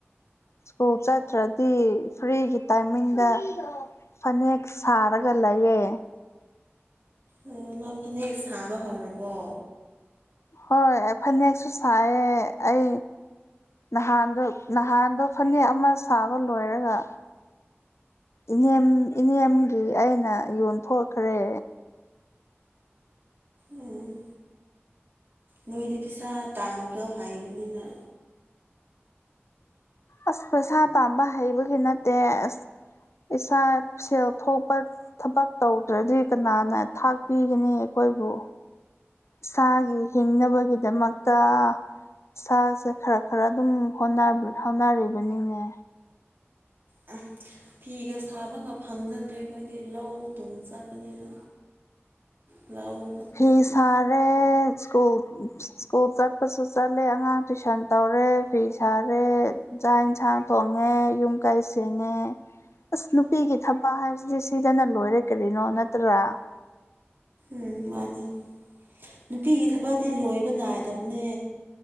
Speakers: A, on the left; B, on the right.
A: ꯁ꯭ꯀꯨꯜ ꯆꯠꯇ꯭ꯔꯗꯤ ꯐ꯭ꯔꯤꯒꯤ ꯇꯥꯏꯃꯤꯡꯗ ꯐꯅꯦꯛ ꯁꯥꯔꯒ ꯂꯩꯌꯦ
B: ꯎꯝ ꯅꯪ ꯐꯅꯦꯛ ꯁꯥꯕ ꯍꯧꯔꯕꯣ
A: ꯍꯣꯏ ꯑꯩ ꯐꯅꯦꯛꯁꯨ ꯁꯥꯏꯌꯦ ꯑꯩ ꯅꯍꯥꯟꯗꯣ ꯅꯍꯥꯟꯗꯣ ꯐꯅꯦꯛ ꯑꯃ ꯁꯥꯕ ꯂꯣꯏꯔꯒ ꯏꯅꯦꯝ ꯏꯅꯦꯝꯒꯤ ꯑꯩꯅ ꯌꯣꯟꯊꯣꯛꯈ꯭ꯔꯦ
B: ꯎꯝ ꯅꯣꯏꯗꯤ ꯄꯩꯁꯥ ꯇꯥꯟꯕꯗꯣ ꯍꯩꯕꯅꯤꯅ
A: ꯑꯁ ꯄꯩꯁꯥ ꯇꯥꯟꯕ ꯍꯩꯕꯒꯤ ꯅꯠꯇꯦ ꯑꯁ ꯏꯁꯥ ꯁꯦꯜ ꯊꯣꯛꯄ ꯊꯕꯛ ꯇꯧꯗ꯭ꯔꯗꯤ ꯀꯅꯥꯅ ꯊꯥꯛꯄꯤꯒꯅꯤ ꯑꯩꯈꯣꯏꯕꯨ ꯏꯁꯥꯒꯤ ꯍꯤꯡꯅꯕꯒꯤꯗꯃꯛꯇ ꯏꯁꯥꯁꯦ ꯈ꯭ꯔ ꯈ꯭ꯔ ꯑꯗꯨꯝ ꯍꯣꯠꯅꯕ ꯍꯣꯠꯅꯔꯤꯕꯅꯤꯅꯦ
B: <unintelligible> ꯐꯤꯒ ꯁꯥꯕꯒ ꯐꯪꯖꯗ꯭ꯔꯦ ꯑꯈꯣꯏꯗꯤ ꯂꯧ ꯑꯗꯨꯝ ꯆꯠꯄꯅꯤꯅ ꯂꯧ
A: ꯐꯤ ꯁꯔꯦ ꯁ꯭ꯀꯨꯜ ꯁ꯭ꯀꯨꯜ ꯆꯠꯄꯁꯨ ꯆꯠꯂꯦ ꯑꯉꯥꯡ ꯇꯨꯏꯁꯟ ꯇꯧꯔꯦ ꯐꯤ ꯁꯥꯔꯦ ꯆꯥꯛ ꯢꯟꯁꯥꯡ ꯊꯣꯡꯉꯦ ꯌꯨꯝ ꯀꯩ ꯁꯦꯡꯉꯦ ꯑꯁ ꯅꯨꯄꯤꯒꯤ ꯊꯕꯛ ꯍꯥꯏꯕꯁꯤꯗꯤ ꯁꯤꯗꯅ ꯂꯣꯏꯔꯦ ꯀꯔꯤꯅꯣ ꯅꯠꯇ꯭ꯔꯥ
B: ꯎꯝ ꯃꯥꯅꯤ ꯅꯨꯄꯤꯒꯤ ꯊꯕꯛꯇꯤ ꯂꯣꯏꯕ ꯅꯥꯏꯗꯕꯅꯦ